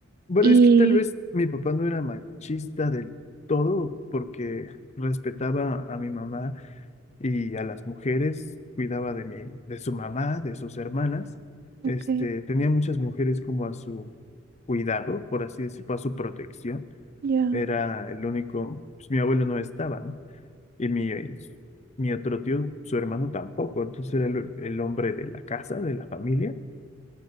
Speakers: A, on the left (about 35°); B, on the right (about 45°).
A: Bueno,
B: y,
A: es que tal vez mi papá no era machista del todo porque respetaba a mi mamá y a las mujeres, cuidaba de mi, de su mamá, de sus hermanas.
B: ok,
A: Este, tenía muchas mujeres como a su cuidado, por así decirlo, a su protección.
B: ya.
A: Era el único, pues, mi abuelo no estaba, ¿no? Y mi, eh, mi otro tío, su hermano tampoco. Entonces era el el hombre de la casa, de la familia